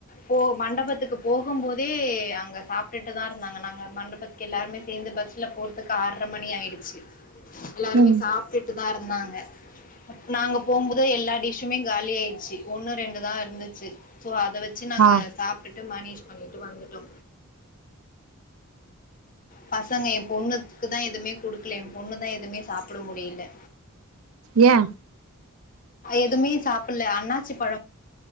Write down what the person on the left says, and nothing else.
போ மண்டபத்துக்கு போகும் போதே அங்கே சாப்டுட்டு தா இருந்தாங்க நாங்க மண்டபத்துக்கு எல்லாருமே சேர்ந்து பஸ்ல போறதுக்கு ஆறரை மணி ஆயிடுச்சு எல்லாருமே
சாப்டுட்டு அத இருந்தாங்க நாங்க போகும்போது எல்லா டிஷுமே காலி ஆயிடுச்சு ஒன்னு ரெண்டு தா இருந்துச்சு சோ அத வச்சு நாங்க
சாப்டுட்டு மேனேஜ் பண்ணிட்டு வந்துட்டோ பசங்க என் பொண்ணுக்கு தா எதுவுமே குடுக்கல என் பொண்ணுதா எதுவுமே சாப்ட முடியல
எதுவுமே சாப்பிடல அண்ணாச்சி பழோ